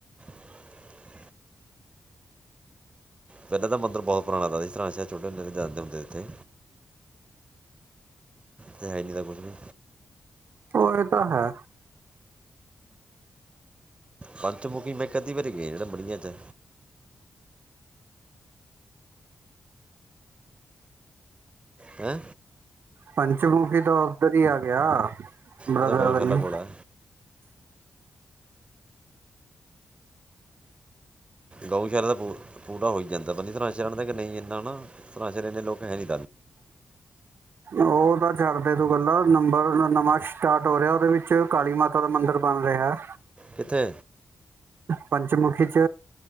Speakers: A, on the right; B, on the right.
A: <inaudible> ਪਹਿਲਾਂ ਤਾਂ ਮੰਦਿਰ ਬਹੁਤ ਪੁਰਾਣਾ ਸੀ ਸ਼ਹਿਰ ਛੋਟੇ ਜਾਂਦੇ ਹੁੰਦੇ ਇਥੇ ਤੇ ਹੈਨੀ, ਤਾਂ ਕੁਛ ਵੀ।
B: ਉਹ ਇਹ ਤਾਂ ਹੈ।
A: ਪੰਚਮੁੱਖੀ, ਮੈਂ ਇਕ ਅੱਧੀ ਵਾਰੀ ਗਿਆ ਜਿਹੜਾ ਬੜੀਆਂ ਚ ਹੈ,
B: ਪੰਚਮੁੱਖੀ ਤਾ ਉੱਧਰ ਹੀ ਆ ਗਿਆ। ਬ੍ਰਦਰ
A: ਪਤਾ ਗਊਸ਼ਾਲਾ
B: ਬਣੀ
A: ਕੋਲ ਐ। ਗਊਸ਼ਾਲਾ ਦਾ ਪੂ ਪੂਰਾ ਹੋਈ ਜਾਂਦਾ। ਪਤਾ ਨੀ ਇਹਦਾ ਇਤਿਹਾਸ ਜਾਣਦੇ ਆ ਕੀ ਨਹੀਂ <unintelligible> ਦੇ ਲੋਕ ਹੈ ਨੀ।
B: ਉਹ ਤਾਂ ਕਰਦੇ ਦੋ, ਗੱਲਾ ਨੰਬਰ ਨਵਾਂ ਸਟਾਰਟ ਹੋ ਰਿਹਾ। ਉਹਦੇ ਵਿੱਚ ਕਾਲੀ ਮਾਤਾ ਦਾ ਮੰਦਿਰ ਬਣ ਰਿਹਾ।
A: ਕਿੱਥੇ।
B: ਪੰਚਮੁੱਖੀ 'ਚ